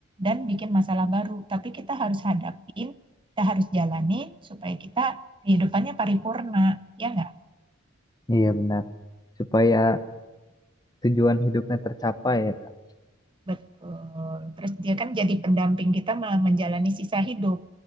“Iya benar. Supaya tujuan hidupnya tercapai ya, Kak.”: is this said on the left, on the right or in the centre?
Left